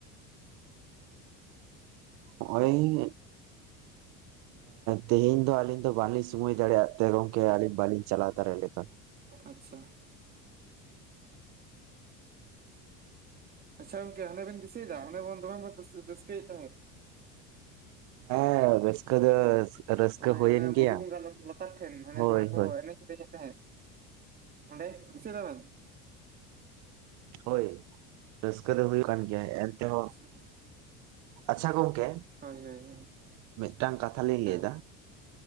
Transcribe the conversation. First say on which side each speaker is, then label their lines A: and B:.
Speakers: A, on the right (about 30°); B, on the right (about 65°).
A: <unintelligible>
B: ᱦᱚᱜᱼᱚᱭ ᱛᱮᱦᱮᱧ ᱫᱚ ᱟᱹᱞᱤᱧ ᱵᱟᱞᱤᱧ ᱥᱳᱚᱢᱳ ᱫᱟᱲᱮᱭᱟᱜᱼᱟ ᱛᱮ ᱜᱚᱢᱠᱮ ᱟᱹᱞᱤᱧ ᱵᱟᱹᱞᱤᱧ ᱪᱟᱞᱟᱣ ᱫᱟᱲᱮᱼᱟᱫᱟ
A: ᱟᱪᱷᱟ ᱚ ᱟᱪᱷᱟ ᱜᱚᱝᱠᱮ ᱦᱟᱸᱰᱮ ᱵᱮᱱ ᱫᱤᱥᱟᱹᱭᱮᱫᱟ ᱦᱟᱱᱰᱮ ᱵᱚᱱ ᱫᱚᱢᱮ ᱵᱚᱱ ᱨᱟᱹᱥᱠᱟᱹᱭᱮᱫ ᱛᱟᱦᱮᱸᱫ
B: ᱦᱮᱸ ᱨᱟᱹᱥᱠᱟᱹ ᱫᱚ ᱨᱟᱹᱥᱠᱟᱹ
A: ᱳᱭ
B: ᱦᱩᱭᱮᱱ
A: ᱦᱟᱱᱮ
B: ᱜᱮᱭᱟ
A: ᱵᱚᱫᱷᱩ ᱵᱚᱸᱜᱟ ᱞᱟᱛᱟᱨ ᱴᱷᱮᱱ ᱦᱟᱱᱮ
B: ᱦᱳᱭ
A: ᱫᱚᱢᱮ ᱠᱚ
B: ᱦᱳᱭ
A: ᱮᱱᱮᱡ ᱛᱟᱦᱮᱸ ᱚᱸᱰᱮ ᱫᱤᱥᱟᱹᱭ ᱛᱟᱵᱮᱱ
B: ᱦᱳᱭ ᱨᱟᱹᱥᱠᱟᱹ ᱫᱚ ᱦᱩᱭᱩᱜ ᱠᱟᱱ ᱜᱮᱭᱟ ᱮᱱᱛᱮᱦᱚᱸ
A: ᱟᱪᱪᱷᱟ
B: ᱟᱪᱷᱟ ᱜᱚᱝᱠᱮ
A: ᱦᱳᱭ ᱦᱳᱭ ᱦᱳᱭ
B: ᱢᱤᱫᱴᱟᱝ ᱠᱟᱛᱷᱟ ᱞᱤᱧ
A: ᱦᱮᱸ
B: ᱞᱟᱹᱭᱫᱟ,